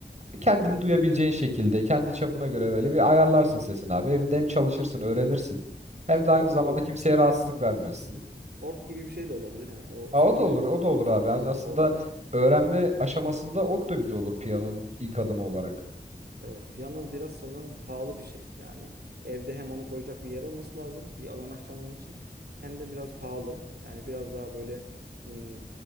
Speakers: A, on the right; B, on the right.
A: kendini
B: Evet
A: duyabileceğin
B: evet.
A: şekilde kendi çapına göre böyle bir ayarlarsın sesini abi. Evinde hem çalışırsın, öğrenirsin. Hem de aynı
B: Ork
A: zamanda
B: ola.
A: kimseye rahatsızlık
B: Evet.
A: vermiyorsun.
B: Ork gibi bir şey de olabilir yani. O
A: Ha,
B: satılıyor
A: o da olur,
B: ya
A: o
B: şöyle
A: da olur
B: uzunlamasına
A: abi. Yani aslında
B: bir orklar.
A: öğrenme aşamasında ok da güzel olur piyanonun ilk adımı olarak.
B: Evet, piyano biraz sanırım pahalı bir şey. Yani evde hem onu koyacak bir yer olması lazım, bir alan açacağım onun için. Hem de biraz pahalı. Yani biraz daha böyle hmm,